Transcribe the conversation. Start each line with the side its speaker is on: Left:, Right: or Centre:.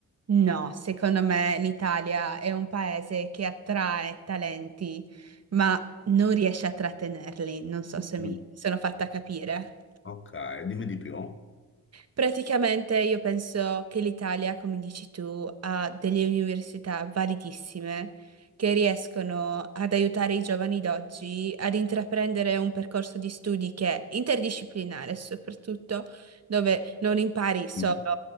Right: No, secondo me l'Italia è un paese che attrae talenti, ma non riesce a trattenerli. Non so se
Left: Mm.
Right: mi sono fatta capire.
Left: Ok, dimmi di più.
Right: Praticamente io penso che l'Italia, come dici tu, ha delle università validissime che riescono ad aiutare i giovani d'oggi ad intraprendere un percorso di studi che è interdisciplinare, soprattutto dove non impari solo
Left: Mhm.